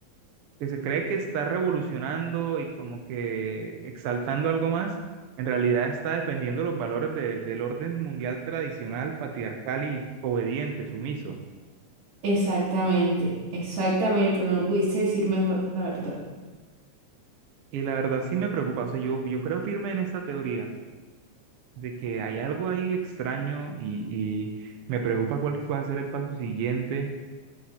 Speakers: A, on the right; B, on the right.
A: que se cree que está revolucionando y como que exaltando algo más, en realidad está defendiendo los valores de- del orden mundial tradicional, patriarcal y obediente, sumiso.
B: Exactamente, exactamente, no lo pudiste decir mejor, la verdad.
A: Y la verdad sí me preocupa, o sea, yo, yo creo firme en esta teoría. de que hay algo ahí extraño y, y me preocupa cuál va a ser el paso siguiente